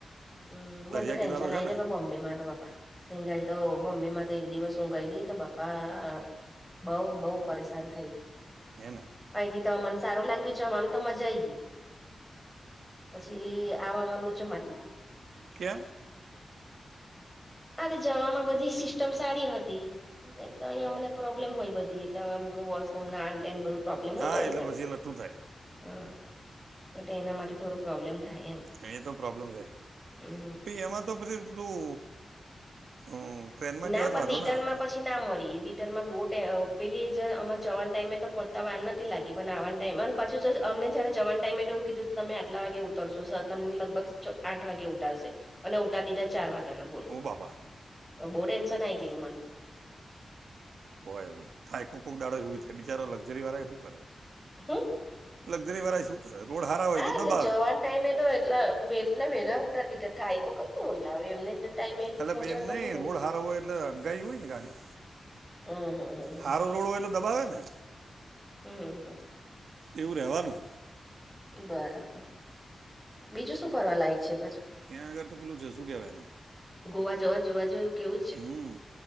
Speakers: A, in the centre; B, on the right.
A: હમ, મને
B: દરિયા
A: તો ટેન્શન
B: કિનારો છે
A: આઈ જાય,
B: ને
A: બા બોમ્બે તો બાપા તઈ ગઈ તો, બોમ્બેમાં તો એક દિવસ હું ગયેલી તો બાપા બઉુ-બહુ પરેશાન થઈ.
B: હે, ને?
A: અહીંથી તો મને સારું લાગ્યું જવાનું, તો મજા આઈ ગઈ. પછી, આવામાં લોચો મારી દીધો.
B: ક્યાં?
A: અરે જવામાં બધી સિસ્ટમ સારી હતી. એક તો અહીંયા મને પ્રોબ્લેમ હોય બધી એટલે હવે, અમુક વોશરૂમ ને આ તે બધું પ્રોબ્લેમ હોય
B: હા
A: થોડી
B: એટલે
A: ઘણી,
B: પછી એ લઠ્ઠું થાય
A: હ, તો તેના માટે થોડું પ્રોબ્લેમ થાય એમ
B: અહીંયા તો પ્રોબ્લેમ રહે,
A: હમ.
B: પછી એમાં તો પછી પેલું, હમ્મ.. ટ્રેનમાં
A: ના
B: જ્યા હોય, તો
A: પણ
B: વાંધો
A: રિટર્નમાં
B: ના આવે.
A: પછી ના મળી, રિટર્ન માં બોટ અ, પેલી જ અમાર જવાને ટાઈમે તો પહોંચતા વાર નતી લાગી. પણ આવના ટાઈમ અને પાછું, તો અમને જયારે જવાના એ એવું કીધુ તું, તમે આટલા વાગે ઉતરશો સર તમને લગભગ આઠ વાગે ઉતારશે અને ઉતાર દીધા ચાર વાગ્યા ના બોલ
B: ઓ બાપા
A: બોવ ટેન્શન આઈ ગયું તું મન
B: હોય હવે, થાય કોક-કોક દાડો એવું થાય, બિચારો લકઝરી વાળા શું કરે
A: હમ્મ
B: લગઝરી વાળા શું કરે? રોડ હારા હોય તો
A: એટલે
B: દબાવે
A: જવાના ટાઈમે તો એટલા વેલા, વેલા ઉતાડી દીધા, થાય કેટું હોય લાવે એમને ટાઈમે
B: એટલે
A: પહોંચાડવાનું
B: ભાઈ એમ નહીં,
A: હોય
B: રોડ
A: ને.
B: સારો હોય એટલે હંગાઈ હોય ને ગાડી
A: હમ હમ હમ
B: હારો રોડ હોય એટલે દબાવે ને
A: હમ, હ
B: એવું રહેવાનું
A: બરાબર, બીજું શું ફરવા લાયક છે એ બાજુ
B: ત્યાં આગળ તો પેલું છે શું કહેવાય એને
A: ગોઆ જવા, જોવા જેવું કે એવું જ છે
B: હમ્મ...